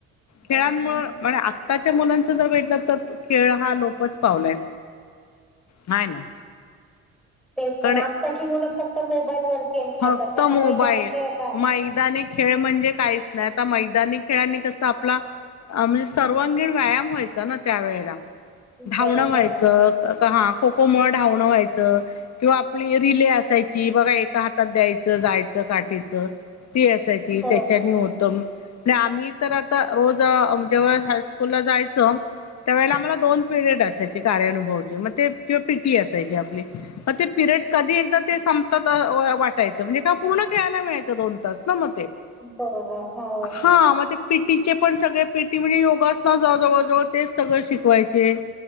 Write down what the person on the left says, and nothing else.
खेळांमुळे
म्ह आत्ताच्या मुलांच जर भेटलं तर खेळ हा लोक. च पावलंय नाही ना.
कडे
फक्त
मोबाईल
मैदानी खेळ म्हणजे काहीच नाही आता मैदानी खेळनी कस आपला म्हणजे सर्वांगीण व्यायाम व्हायचा ना त्या वेळेला धावणं
व्हायचं आता हा. खो खोमुळे धावणं व्हायचं किंवा आपली रिले असायची बघा एका हातात द्यायचं जायचं काठीचं ती असायची
त्याच्याने होतं प आम्ही तर आता रोज जेव्हा हायस्कूल ला जायचं. त्यावेळेला आम्हाला दोन पिरियड असायचे कार्यनुभवचे मग ते किंवा पीटी असायचे आपली मग ते प ते कधी एकदा ते संपतात वाटायचं म्हणजे का पूर्ण खेळायला मिळायचं दोन तास. म
हा म पटी चे पण सगळे पीटी म्हणजे योगासना जवळ जवळ तेच सगळं शिकवायचे.